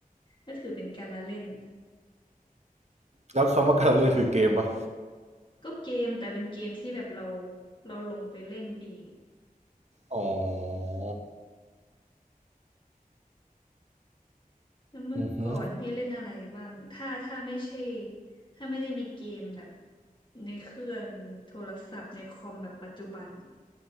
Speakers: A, on the left; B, on the right.
A: ก็ถือเป็นการละเล่น
B: แล้วคำว่าการเล่นคือเกมปะ
A: ก็เกมแต่เป็นเกมที่แบบเราเราลงไปเล่นเอง
B: อ๋อ
A: แล้วเมื่อก่อนพี่เล่นอะไรบ้างถ้าถ้าไม่ใช่
B: อือฮึ
A: ถ้าไม่ได้มีเกมแบบในเครื่องโทรศัพท์ในคอมแบบปัจจุบันอะ